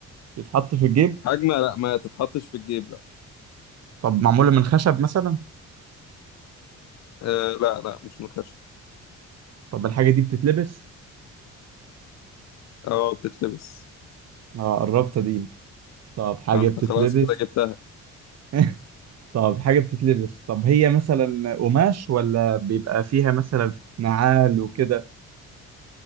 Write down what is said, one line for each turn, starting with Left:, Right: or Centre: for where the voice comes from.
Right: يتحط في الجيب؟
Left: حجمها لا ما تتحطش في الجيب لا
Right: طب معمولة من خشب مثلا؟
Left: آه لا لا مش من الخشب
Right: طب الحاجة دي بتتلبس؟
Left: اه بتتلبس
Right: آه قربت دي طب حاجة
Left: آه، انت
Right: بتتلبس
Left: خلاص كده جبتها
Right: <laughs> طب حاجة بتتلبس طب هي مثلا قماش ولا بيبقى فيها مثلا نعال وكده